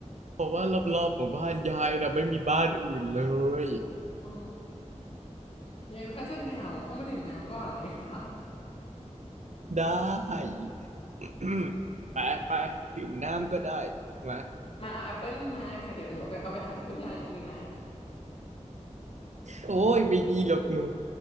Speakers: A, on the right; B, on the left.
A: เพราะว่ารอบๆของบ้านยายนะไม่มีบ้านอื่นเลย
B: อ๋อคุณยายดูถ้าจะเหงาเข้ามาดื่มน้ำก่อนไหมคะ
A: ได้ <coughs> <clears throat> ไปไปดื่มน้ำก็ได้มา
B: มาเอาแอปเปิลมาค่ะเดี๋ยวหนูเอาไปเอาไปหั่นให้คุณยายกินนะ
A: โอ้ยไม่ดีหรอกหนู